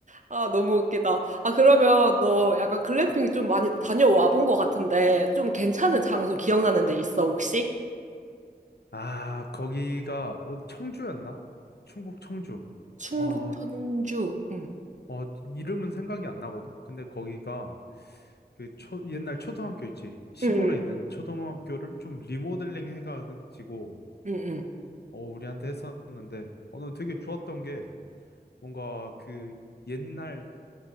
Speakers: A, on the right (about 50°); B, on the left (about 80°).
A: 아, 너무 웃기다. 아, 그러면 너 약간 글램핑 좀 많이 다녀와 본 것 같은데, 좀 괜찮은 장소 기억나는 데 있어, 혹시?
B: 아, 거기가 어 청주였나? 충북 청주.
A: 충북
B: 어,
A: 천주. 응,
B: 어 이름은 생각이 안 나거든. 근데 거기가 그 초, 옛날 초등학교 있지. 시골에
A: 응,
B: 있는 초등학교를 좀 리모델링 해가지고
A: 응, 응.
B: 어 우리한테 했었는데 어 난 되게 좋았던 게 뭔가 그 옛날